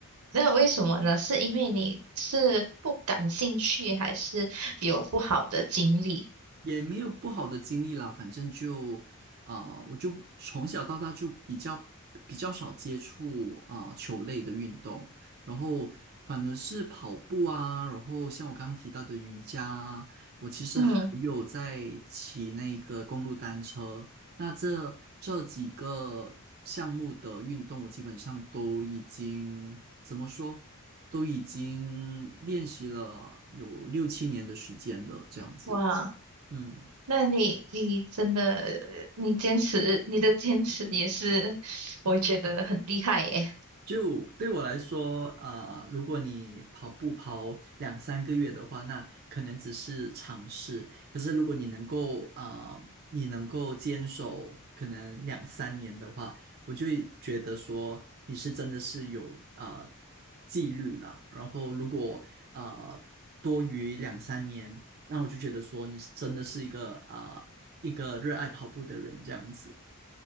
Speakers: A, on the right (about 85°); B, on the right (about 45°).
A: 那为什么呢？是因为你是不感兴趣，还是有不好的经历？
B: 也没有不好的经历啦，反正就啊、呃我就从小到大就比较比较少接触啊、呃球类的运动，然后反而是跑步啊，然后像我刚刚提到的瑜伽啊，我其实还有在骑那个公路单车，
A: 嗯，
B: 那这这几个项目的运动，我基本上都已经怎么说？都已经练习了有六七年的时间了，这样子。
A: 哇。
B: 嗯，
A: 那你你真的，你坚持，你的坚持也是，我觉得很厉害耶。
B: 就对我来说，啊、如果你跑步跑两三个月的话，那可能只是尝试。可是如果你能够啊、你能够坚守可能两三年的话，我就会觉得说你是真的是有啊、纪律啦。然后如果啊、多于两三年，那我就觉得说你是真的是一个啊、一个热爱跑步的人这样子。